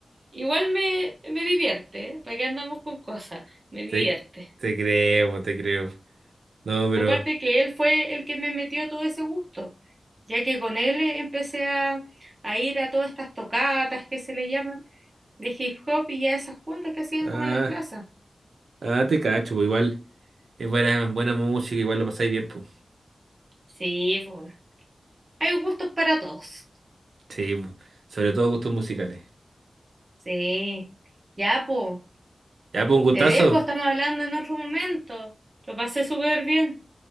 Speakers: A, on the right; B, on the right.
A: Igual me, me divierte, ¿eh? ¿Para qué andamos con cosas? Me divierte.
B: Te, te creo, pues, te creo. No, pero...
A: Aparte que él fue el que me metió todo ese gusto, ya que con él eh, empecé a, a ir a todas estas tocatas que se le llaman de hip hop y a esas juntas que hacían
B: Ah,
A: como en las plazas.
B: ah, te cacho, pues, igual. Es buena, buena música, igual lo pasáis bien, pues.
A: Sí, pues. Hay gustos para todos.
B: Sí, pues. Sobre todo gustos musicales.
A: Sí. Ya, pues.
B: Ya, pues, un gustazo.
A: Te dejo, estamos hablando en otro momento. Lo pasé súper bien.